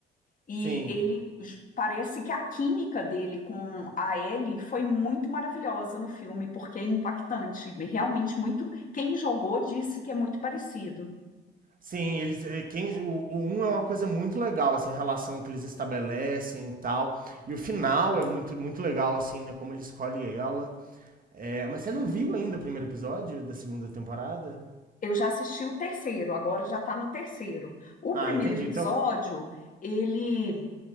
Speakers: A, on the left; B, on the right.
A: E
B: sim.
A: ele j- parece que a química dele com a Ellie foi muito maravilhosa no filme, porque é impactante. Realmente muito. Quem jogou disse que é muito parecido.
B: Sim, eles, é, quem, o, o 1 é uma coisa muito legal, assim, a relação que eles estabelecem e tal. E o final é muito, muito legal, assim, né? Como ele escolhe ela. É, mas você não viu ainda o primeiro episódio da segunda temporada?
A: Eu já assisti o terceiro, agora já está no terceiro. O
B: Ah,
A: primeiro
B: entendi.
A: episódio,
B: Então.
A: ele